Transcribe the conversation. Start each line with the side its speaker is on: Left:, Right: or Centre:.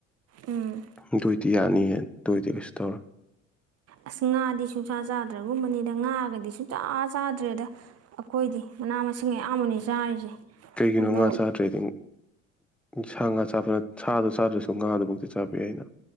Right: ꯎꯝ
Centre: ꯑꯗꯨꯏꯗꯤ ꯌꯥꯅꯤꯍꯦ ꯑꯗꯨꯏꯗꯤ ꯀꯩꯁꯨ ꯇꯧꯔꯣꯢ
Right: ꯑꯁ ꯉꯥꯗꯤ ꯁꯨꯡꯁꯥ ꯆꯥꯗ꯭ꯔꯒꯨꯝꯕꯅꯤꯗ ꯉꯥꯒꯗꯤ ꯁꯨꯡꯆꯥ ꯆꯥꯗ꯭ꯔꯦꯗ꯫ ꯑꯩꯈꯣꯏꯗꯤ ꯃꯅꯥ ꯃꯁꯤꯡ ꯑꯌꯥꯝꯕꯅꯤ ꯆꯥꯔꯤꯁꯦ
Centre: ꯀꯩꯒꯤꯅꯣ
Right: ꯑꯗꯣ
Centre: ꯉꯥ ꯆꯥꯗ꯭ꯔꯦꯗꯤ ꯁꯥ ꯉꯥ ꯆꯥꯕ ꯁꯥꯗꯣ ꯆꯥꯗ꯭ꯔꯁꯨ ꯉꯥꯗꯨꯐꯥꯎꯇꯤ ꯆꯥꯕ ꯌꯥꯏꯅ